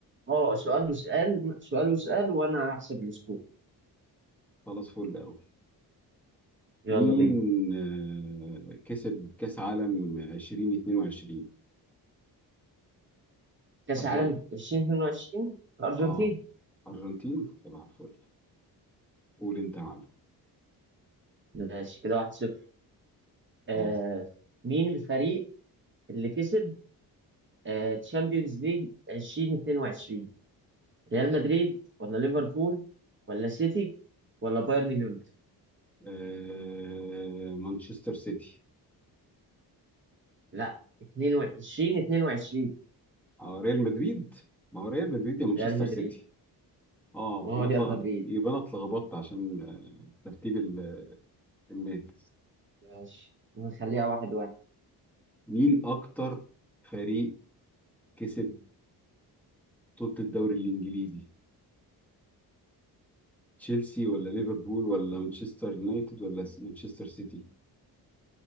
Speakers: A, on the right (about 30°); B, in the centre.
A: اه سؤال وسؤال سؤال وسؤال وانا هحسب السكور
B: خلاص فل قوي
A: يلا
B: مين
A: بينا
B: آه، كسب كأس عالم 2022
A: كاس
B: أرجن
A: عالم 2022 الارجنتين
B: اه أرجنتين طبعا فل قول انت يا معلم
A: ماشي كده 1-0 آه
B: خلاص
A: مين الفريق اللي كسب آه تشامبيونز ليج 2022 ريال مدريد ولا ليفربول ولا سيتي ولا بايرن ميونخ
B: آه، مانشستر سيتي
A: لا 22 22
B: اه ريال مدريد ما هو ريال مدريد يا مانشستر
A: ريال مدريد
B: سيتي اه
A: ما هو
B: انا
A: ريال
B: اتلغ
A: مدريد
B: يبقى انا اتلخبطت عشان آه، ترتيب ال- الناس
A: ماشي نخليها واحد واحد
B: مين اكتر فريق كسب بطولة الدوري الانجليزي تشيلسي ولا ليفربول ولا مانشستر يونايتد ولا س- مانشستر سيتي